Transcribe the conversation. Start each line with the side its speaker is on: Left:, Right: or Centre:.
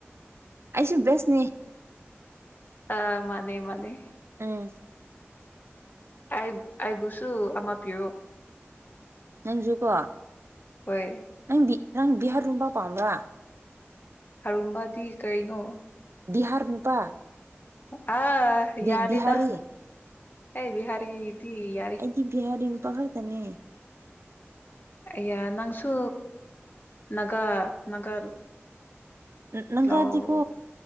Right: ꯑꯩꯁꯨ ꯕꯦꯁꯅꯦ
Left: ꯑ ꯃꯥꯅꯦ ꯃꯥꯅꯦ
Right: ꯎꯝ
Left: ꯑ ꯑꯥꯏꯕꯨꯁꯨꯨ ꯑꯃ ꯄꯤ
Right: ꯅꯪꯁꯨꯨꯀꯣ
Left: ꯍꯣꯏ
Right: ꯅꯪ ꯅꯪ ꯕꯤꯍꯥꯔ ꯂꯣꯟ ꯄ ꯄꯥꯝꯕ꯭ꯔꯥ
Left: ꯍꯔꯨꯝꯕꯗꯤ ꯀꯩꯅꯣ
Right: ꯕꯤꯍꯔ ꯅꯨꯄꯥ
Left: ꯑꯥ
Right: ꯕꯤ
Left: ꯌꯥꯔꯤꯗ
Right: ꯕꯤꯍꯥꯔꯤ
Left: ꯑꯦ ꯕꯤꯍꯥꯔꯤꯗꯤ ꯌꯥꯔꯤ
Right: ꯀ ꯕꯤꯍꯗꯤꯟ ꯄꯥꯔ ꯇꯅꯦ
Left: ꯑꯌꯥ ꯅꯪꯁꯨ ꯅꯥꯒꯥ ꯅꯥꯒꯥ
Right: ꯅꯪꯒꯥꯗꯤꯀꯣ
Left: ꯂꯑꯣ